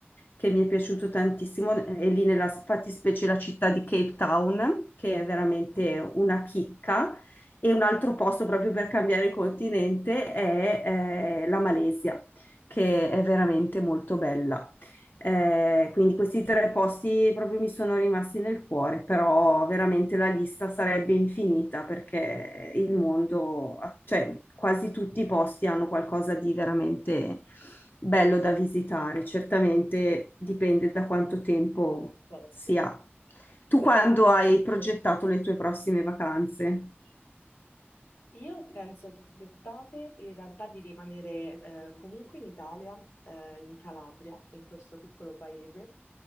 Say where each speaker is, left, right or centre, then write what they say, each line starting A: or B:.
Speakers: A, on the left; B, on the left.
A: che mi è piaciuto tantissimo, eh, è lì nella fattispecie la città di Cape Town, che è veramente una chicca. E un altro posto proprio per cambiare continente è eh, la Malesia, che è veramente molto bella. Eh, quindi questi tre posti proprio mi sono rimasti nel cuore, però veramente la lista sarebbe infinita perché il mondo, cioè quasi tutti i posti hanno qualcosa di veramente bello da visitare. Certamente dipende da quanto tempo
B: certo.
A: si ha. Tu
B: Sì,
A: quando
B: a disposizione.
A: hai progettato le tue prossime vacanze?
B: Io penso quest'estate in realtà di rimanere eh, comunque in Italia, eh, in Calabria, in questo piccolo paese,